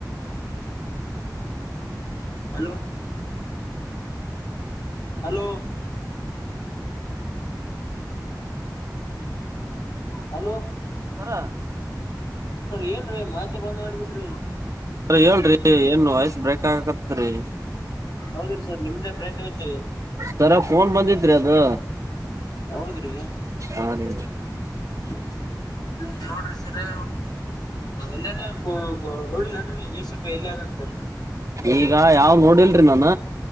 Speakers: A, on the left; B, on the right.
A: hello hello hello
B: sir
A: sir ಏನ್ರೀ ಮಾತೆ ಬಂದ್ ಮಾಡ್ಬಿಟ್ರಿ
B: ಅರಿ ಹೇಳ್ರಿ ಏನ್ ವಾಯ್ಸ್ ಬ್ರೇಕ್ ಆಗಕತ್ರಿ
A: ಹೌದಿರಿ ಸರ್ ನಿಮ್ದೇ ಬ್ರೇಕ್ದರಿ
B: ಸರ ಫೋನ್ ಬಂದಿದ್ರರಿ ಅದು
A: ಹೌದ್ರಿ
B: ಹಾ ರಿ
A: <unintelligible> ನೀ ನೋಡ್ರಿ ಸರಿ ಎಲ್ಲನ ನೋಡಿಲ್ಲನ್ರಿ ಜಯಸಪಿ ಎಲ್ಲಿ ಅಗಂತ
B: ಈಗ ಯಾವ್ ನೋಡಿಲ್ರಿ ನಾನ